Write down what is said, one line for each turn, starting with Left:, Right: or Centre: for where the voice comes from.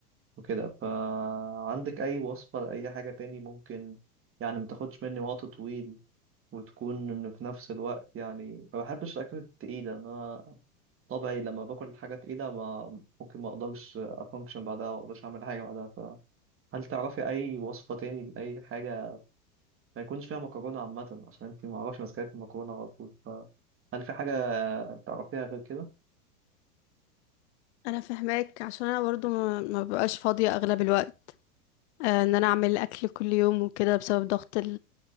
Right: وكده فعندك اي وصفه لاي حاجه تاني ممكن يعني ما تاخدش مني وقت طويل وتكون إن في نفس الوقت يعني ما بحبش الاكلات التقيله ان انا طبعي لما باكل حاجه تقيله ما ممكن ما اقدرش افانكشن بعدها ما اقدرش اعمل حاجه بعدها هل تعرفي أي وصفة تاني لأي حاجة ما يكونش فيها مكرونة عامة عشان أنت ما أعرفش ماسكة في المكرونة على طول فهل في حاجة تعرفيها غير كده؟
Left: انا فاهماك عشان انا برضو ما, ما ببقاش فاضيه اغلب الوقت آه، ان انا اعمل اكل كل يوم وكده بسبب ضغط